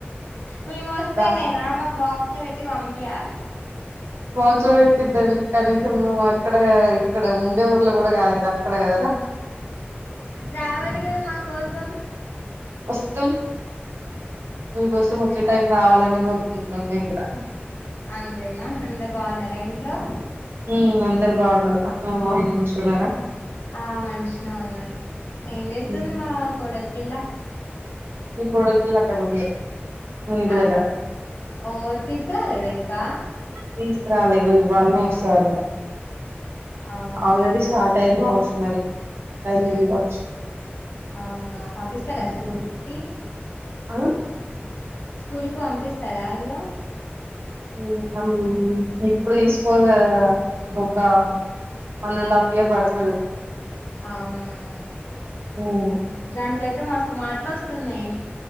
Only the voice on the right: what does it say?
దా
బాక్స్ లో పెట్టిద్దాం కనీసం నువ్వు అక్కడ ఇక్కడ ఉండే ఊర్లో కూడా కాదు కదా అక్కడ కదరా
వాస్తు మీకోసం
వచ్చే టైం రావాలని కోరుకుంటున్న మేం కూడా
మ్ అందరు బాగుండరు అత్తమ్మ మామయ్య మంచిగున్నారా?
హ్మ్.
మీ కోడల్ పిల్ల అక్కడ ఉంది మీ ఇంటి
దగ్గర
తీసుకురాలే ఇగో ఇవ్వాళ నే వస్తదంట
ఆల్రెడీ స్టార్ట్ అయ్యారు కావచ్చు మరి బయలుదేరి
కావచ్చు.
అ
హ్మ్. అమ్ ఇప్పుడు తీస్కోర్ కదా ఇంకొక వన్ అండ్ హాఫ్ ఇయర్ పడుతది
హ్మ్